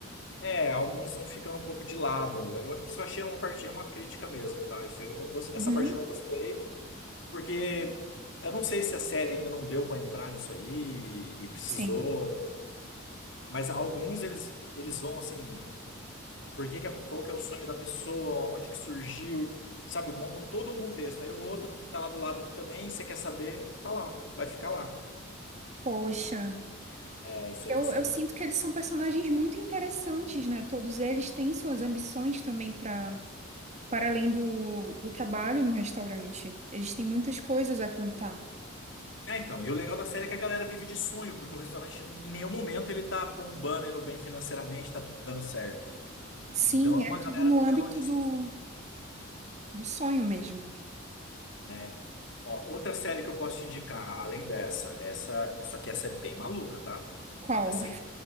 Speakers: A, on the left; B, on the right.
A: É, alguns vão ficando um pouco de lado. Eu- isso eu achei uma parte, é uma crítica mesmo, tá? Isso eu não, gos-
B: Uhum,
A: essa parte eu não gostei, porque eu não sei se a série ainda não deu para entrar nisso aí e precisou,
B: sim.
A: mas alguns eles, eles vão assim. Por que que é- qual que é o sonho da pessoa, onde que surgiu, e, sabe? Montam todo um contexto. Aí o outro que tá lá do lado que também você quer saber, tá lá, vai ficar lá.
B: Poxa,
A: É, isso
B: porque
A: é,
B: eu,
A: isso
B: eu
A: é...
B: sinto que eles são personagens muito interessantes, né? Todos eles têm suas ambições também para para além do, do trabalho no restaurante. Eles têm muitas coisas a contar.
A: É, então, e o legal da série é que a galera vive de sonho, porque o restaurante em nenhum momento ele tá bombando, indo bem financeiramente, tá tudo dando certo.
B: Sim,
A: Então é
B: é
A: uma
B: tudo
A: galera
B: no
A: vivendo
B: âmbito
A: onde.
B: do, do sonho mesmo.
A: É. Ó, outra série que eu posso te indicar, além dessa, essa, só que essa é bem maluca, tá?
B: Qual?
A: Assim,